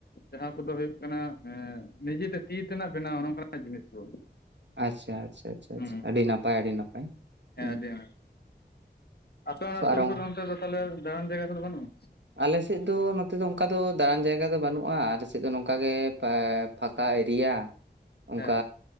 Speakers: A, on the left; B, on the right.
A: ᱡᱟᱦᱟᱸ ᱠᱚᱫᱚ ᱦᱩᱭᱩᱜ ᱠᱟᱱᱟ ᱱᱤᱡᱮᱛᱮ ᱛᱤ ᱛᱮᱱᱟᱜ ᱵᱮᱱᱟᱣᱟᱜ ᱱᱚᱝᱠᱟ ᱱᱟᱜ ᱡᱤᱱᱤᱥ ᱠᱚ᱾
B: ᱟᱪᱪᱷᱟ ᱟᱪᱪᱷᱟ ᱟᱪᱪᱷᱟ
A: ᱦᱩᱸ
B: ᱟᱪᱪᱷᱟ ᱟᱹᱰᱤ ᱱᱟᱯᱟᱭ ᱟᱹᱰᱤ ᱱᱟᱯᱟᱭ ᱦᱩᱸ᱾
A: ᱦᱮᱸ ᱟᱹᱰᱤ ᱟᱭᱢᱟ᱾ ᱟᱯᱮ ᱚᱱᱟ
B: ᱛᱚ
A: ᱥᱩᱨ
B: ᱟᱨᱚ
A: ᱠᱚᱨᱮ ᱚᱱᱛᱮ ᱫᱚ ᱛᱟᱦᱚᱞᱮ ᱫᱟᱬᱟᱱ ᱡᱟᱭᱜᱟ ᱠᱚ ᱫᱚ ᱵᱟᱹᱱᱩᱜ-ᱟ?
B: ᱟᱞᱮ ᱥᱮᱫ ᱫᱚ ᱱᱚᱛᱮ ᱫᱚ ᱚᱱᱠᱟ ᱫᱚ ᱫᱟᱬᱟᱱ ᱡᱟᱭᱜᱟ ᱫᱚ ᱵᱟᱹᱱᱩᱜ-ᱟ, ᱟᱞᱮ ᱥᱮᱫ ᱫᱚ ᱱᱚᱝᱠᱟ ᱜᱮ ᱯᱷᱟᱠᱟ ᱮᱨᱤᱭᱟ ᱚᱱᱠᱟ
A: ᱦᱮᱸ